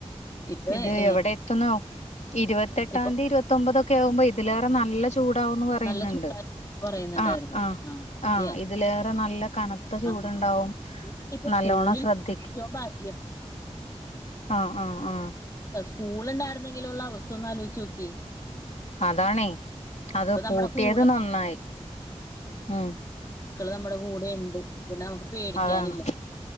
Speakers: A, on the left (about 30°); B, on the left (about 80°).
A: ഇപ്പൊ
B: ഇത്
A: ഏ,
B: എവിടെ എത്തുന്നോ ഇരുപത്തെട്ടാം
A: ഇപ്പൊ
B: തീയതി ഇരുപത്തി ഒമ്പതൊക്കെ ആവുമ്പോ ഇതിലേറെ നല്ല ചൂ ചൂടാവൂന്ന് പറയുന്നുണ്ട്
A: നല്ല ചൂടായി പറയുന്നുണ്ടായിരുന്നു
B: ആഹ്
A: ആ ശരിയാ
B: ആഹ് ഇതിലേറെ നല്ല കന ത്ത ചൂടുണ്ടാവും
A: ആ ആ. ഇപ്പൊ
B: നല്ലോണം
A: സ്കൂളിൽ
B: ശ്രദ്ധിക്കും
A: ഏറ്റവും ഭാഗ്യം
B: ആഹ് ആഹ് ആഹ്
A: സ്കൂള് ഉണ്ടായിരുന്നെങ്കിലുള്ള അവസ്ഥ ഒന്ന് ആലോച്ച് നോക്കിയേ
B: അതാണേ അത്
A: ഇപ്പൊ നമ്മുടെ
B: പൂട്ടിയത്
A: കൂടെ
B: നന്നായി ഉം
A: ക്കള് നമ്മടെ കൂടെയെണ്ട് പിന്നെ നമക്ക് പേടിക്കാനില്ല
B: അതാണ്